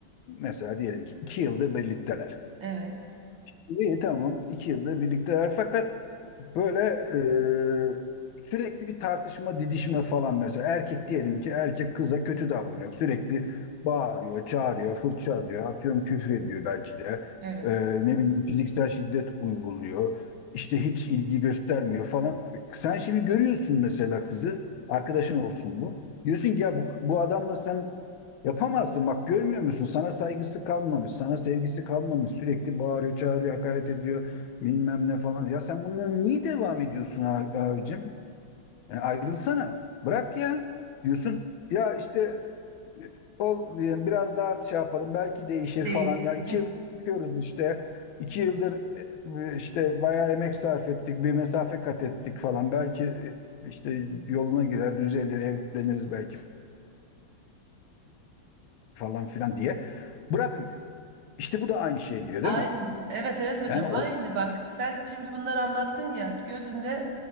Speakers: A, on the left; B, on the right.
A: Mesela diyelim ki iki yıldır birlikteler.
B: Evet.
A: İyi tamam. iki yılda birlikteler. Fakat böyle e, sürekli bir tartışma, didişme falan mesela. Erkek diyelim ki erkek kıza kötü davranıyor. Sürekli bağırıyor, çağırıyor, fırça diyor, atıyorum küfür ediyor belki de.
B: Evet.
A: E, ne bileyim fiziksel şiddet uyguluyor. İşte hiç ilgi göstermiyor falan. Sen şimdi görüyorsun mesela kızı, arkadaşın olsun bu. Diyorsun ki ya bu, bu adamla sen Yapamazsın bak görmüyor musun? Sana saygısı kalmamış, sana sevgisi kalmamış. Sürekli bağırıyor, çağırıyor, hakaret ediyor bilmem ne falan. Ya sen bununla niye devam ediyorsun abi- abicim? Yani ayrılsana, bırak ya diyorsun. Ya işte e, ol, e, biraz daha şey yapalım belki değişir falan.
B: Değişir.
A: Ya iki
B: <laughs>
A: yıl çıkıyoruz işte. İki yıldır e, e, işte bayağı emek sarf ettik, bir mesafe kat ettik falan. Belki e, işte yoluna girer, düzelir, evleniriz belki falan filan diye bırakmıyor. İşte bu da aynı şeye giriyor
B: Aynısı.
A: değil mi?
B: Evet evet hocam
A: Yani o
B: aynı bak sen şimdi bunları anlattın ya gözümde